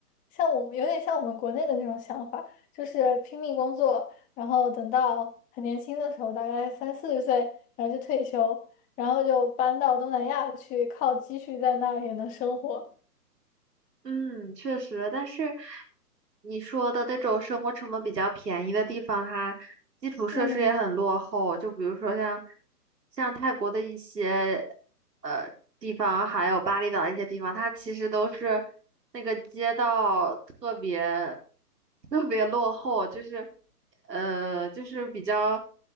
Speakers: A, on the left (about 15°); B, on the right (about 80°).
A: 像我们有点像我们国内的那种想法，就是拼命工作，然后等到很年轻的时候，大概三四十岁，然后就退休，然后就搬到东南亚去，靠积蓄在那儿也能生活。
B: 嗯，确实，但是你说的那种生活成本比较便宜的地方，它基础设施也很落后。
A: 嗯，
B: 就比如说像像泰国的一些呃地方，还有巴厘岛一些地方，它其实都是那个街道特别特别落后，就是呃就是比较